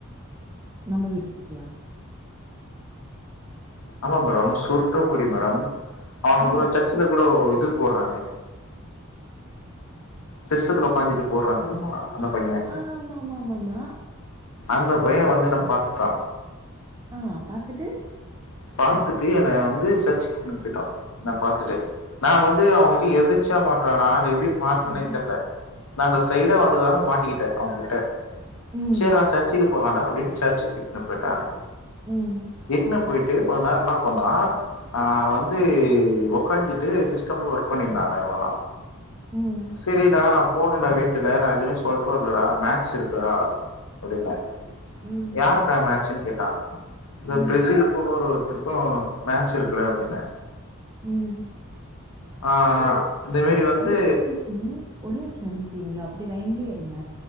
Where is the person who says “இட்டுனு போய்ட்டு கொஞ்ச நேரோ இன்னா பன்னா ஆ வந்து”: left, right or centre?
Left